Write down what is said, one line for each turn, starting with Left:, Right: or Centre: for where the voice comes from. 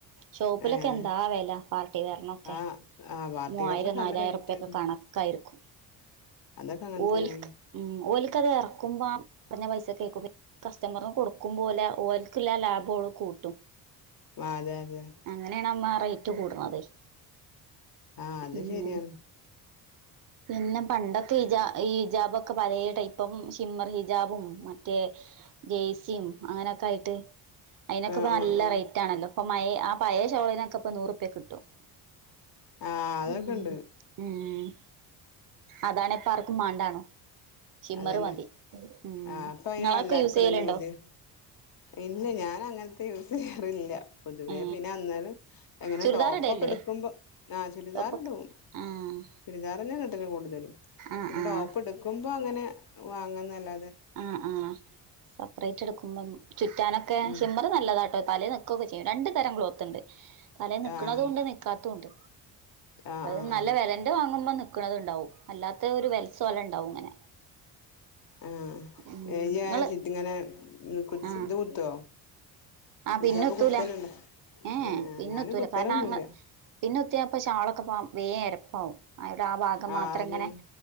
Right: ഷോപ്പിലൊക്കെ
Left: ഏഹ്
Right: എന്താവല പാർട്ടി വേർനൊക്കെ
Left: ആഹ് ആഹ് പാർട്ടി
Right: മുവ്വായിരം
Left: വെയറിനൊക്കെ
Right: നാലായിര
Left: നല്ല റേറ്റാണ്
Right: ഉർപ്പെക്കെ കണക്കാര്ക്കും
Left: അതൊക്കെ അങ്ങനെ
Right: ഓൽക്ക്
Left: തന്നെയാണ്
Right: ഉം ഓൽക്കത് എറക്കുമ്പോ ആ പറഞ്ഞ പൈസകേക്കും കസ്റ്റമർന് കൊടുക്കുമ്പോലേ ഓൽക്കില്ല ലാഭോള് കൂട്ടും
Left: ആഹ് അതെ അതെ
Right: അങ്ങനേണ് അമ്മാ റയ്റ്റ് കൂട്ണതയ്
Left: ആഹ് അത്
Right: ഉം
Left: ശരിയാണ്
Right: പിന്നെ പിന്നെ പണ്ടൊക്കെ ഇജാ ഈ ജാബൊക്കെ പലേ ടൈപ്പ പ്പം ഷിമ്മർ ഹിജാബും മറ്റേ ജെയ്സിം അങ്ങനൊക്കെ ആയിട്ട് അയ്നൊക്കപ്പ
Left: ആഹ്
Right: നല്ല
Left: ആഹ് ആഹ്
Right: റയ്റ്റ് ആണല്ലോ ഇപ്പൊ മഴേ ആ പഴേ ഷോളിനൊക്കെ ഇപ്പ നൂർപ്യക്ക് കിട്ടും
Left: ആഹ് അതൊക്കെണ്ട്
Right: ഉം ഉം അതാണേ ഇപ്പാർക്കും മാണ്ടാണോ ഷിമ്മർ
Left: അതന്നെ
Right: മതി ഉം
Left: ആഹ് അപ്പൊ അയ്ന്
Right: ഇങ്ങളൊക്കെ
Left: എല്ലാർക്കും
Right: യൂസി
Left: അതന്നെ
Right: യ്യല്ണ്ടോ
Left: മതി ഇല്ല ഞാനങ്ങൻത്ത യൂസിയ്യാറില്ല പൊതുവേ
Right: ഏ
Left: പിന്നെ അന്നനെ എങ്ങനെ
Right: ചുരിദാർ
Left: ടോപ്പൊക്കെ
Right: ഇടല്ലേ
Left: ഇട്ക്ക്മ്പോ ആഹ് ചുരിദാർടും
Right: ടോപ്പൊക്കെ ആഹ്
Left: ചുരിദാറന്നെണ് ഇടല് കൂട്തലും
Right: ആഹ്
Left: പിന്നെ
Right: ആഹ്
Left: ടോപ്പ് ഇട്ക്കുമ്പോ അങ്ങനെ വാങ്ങാന്നല്ല
Right: ആഹ് ആഹ് സപ്രറേറ്റ് ഇടുക്കുമ്പം ചുറ്റാനൊക്കെ
Left: ഉം
Right: ഷിമ്മർ നല്ലതാട്ടോ തലേ നിക്കൊക്കെ ചെയ്യും രണ്ട് തരം ക്ലോത്ത്ണ്ട് തലേ നിക്ക്ണതുണ്ട്
Left: ആഹ്
Right: നിക്കാത്തുണ്ട്
Left: ആഹ്
Right: അത്
Left: ആഹ്
Right: നല്ല വെലൻ്റെ വാങ്ങുമ്പോ നിക്ക്ണത്ണ്ടാവും അല്ലാത്തേ ഒരു വെൽസോലണ്ടാവും ങ്ങനെ
Left: ആഹ്
Right: ഉം
Left: ഏ യ്യാ
Right: ഇങ്ങള്
Left: ചിറ്റ്ങ്ങനെ ഉം കുച്
Right: ആഹ്
Left: ഇത് കുത്തോ
Right: ആഹ്
Left: ഹിജാബ്
Right: പിന്ന് കുത്തൂല
Left: കുത്തലുണ്ടോ
Right: ഏ
Left: ഏഹ്
Right: ഏ
Left: ഏഹ്
Right: പിന്നുത്തൂല
Left: ഞാന് കുത്തലൊന്നുല്ല
Right: കാരണ അങ്ങ് പിന്ന് കുത്തിയാപ്പ ഷാളൊക്കെപ്പാ വേ എരപ്പാവും ആയോട് ആ വാഗം
Left: ആഹ്
Right: മാത്രങ്ങനെ
Left: അതന്നെ